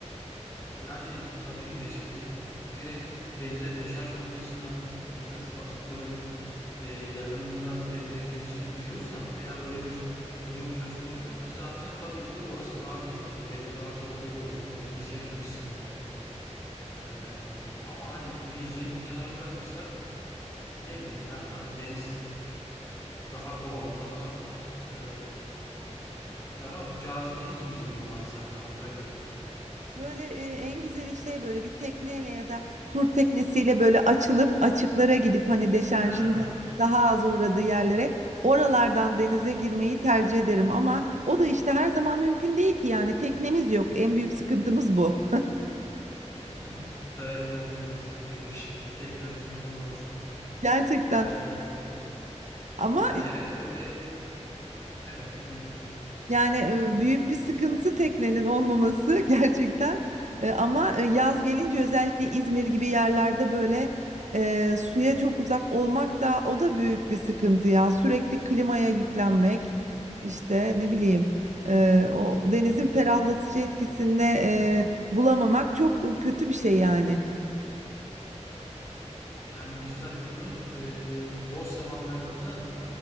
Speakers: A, on the left (about 25°); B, on the right (about 75°).
A: Yani tabii ki de şimdi direkt denize deşarj noktasına bu tür atıkların e, yakınında denize girci- giriyorsan veya öyle bir durum söz konusuysa zaten tabii ki de orası daha tehlikeli. Deniz daha tehlikeli oluyor o hijyen açısından. Ee, ama hani hijyeni bir kenara bırakırsak ne bileyim ya hani deniz daha doğal, daha e, daha cazibeli gibi geliyor bana sanki havuza göre.
B: Böyle e, en güzeli şey böyle bir tekneyle ya da tur teknesiyle böyle açılıp açıklara gidip hani deşarjın
A: Ha.
B: da daha az uğradığı yerlere oralardan denize girmeyi tercih ederim ama o da işte her zaman mümkün değil ki yani teknemiz yok. En büyük sıkıntımız bu.
A: <laughs> Evet çok büyük bir sıkıntıymış <laughs> teknemizin olmaması.
B: <laughs> Gerçekten.
A: Ee,
B: Ama
A: yani evet öyle evet dinliyorum.
B: Yani e, büyük bir sıkıntı teknenin olmaması <laughs> gerçekten. E, Ama e, yaz gelince özellikle İzmir gibi yerlerde böyle e, suya çok uzak olmak da o da büyük bir sıkıntı ya. Sürekli klimaya yüklenmek işte ne bileyim e, o denizin ferahlatıcı etkisini e, bulamamak çok e, kötü bir şey yani.
A: Yani biz tabii bunu e, boş zamanlarında